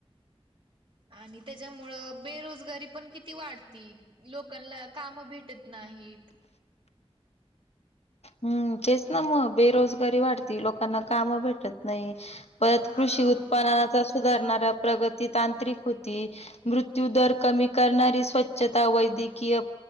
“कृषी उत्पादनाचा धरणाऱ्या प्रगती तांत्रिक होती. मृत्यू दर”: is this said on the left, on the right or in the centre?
Left